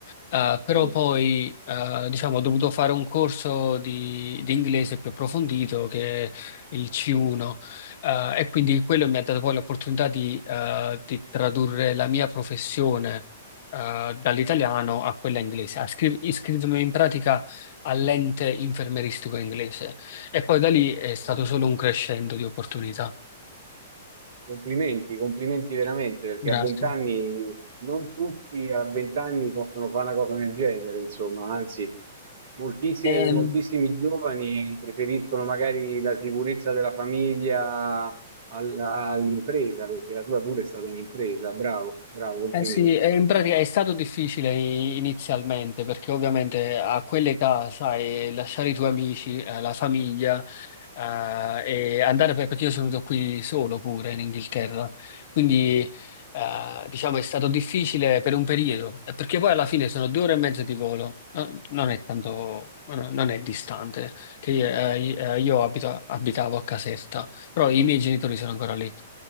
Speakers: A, on the left; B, on the right.
A: Eh, però
B: Vedi.
A: poi, eh, diciamo, ho dovuto fare un corso di, di inglese più approfondito che è il C1, eh, e quindi quello mi ha dato poi l'opportunità di, eh, di tradurre la mia professione, eh, dall'italiano a quella inglese. Ha scri- iscritto in pratica all'ente infermeristico inglese e poi da lì è stato
B: Eh,
A: solo un crescendo di opportunità.
B: Complimenti, complimenti veramente, perché
A: Grazie.
B: a vent'anni non tutti a vent'anni possono fare una cosa del genere, insomma, anzi, moltissime,
A: Ehm,
B: moltissimi giovani preferiscono magari la sicurezza della famiglia alla- all'impresa, perché la tua pure è stata un'impresa, bravo, bravo, complimenti.
A: Eh sì, e in pratica è stato difficile i- inizialmente perché ovviamente a quell'età, sai, lasciare i tuoi amici, eh, la famiglia, eh, e andare per, perché io sono venuto qui solo pure in Inghilterra, quindi eh, diciamo è stato difficile per un periodo, eh, perché poi alla fine sono due ore e mezzo di volo, no- non è tanto, no- non è distante, che io, eh, io abito- abitavo a Caserta, però i miei genitori sono ancora lì.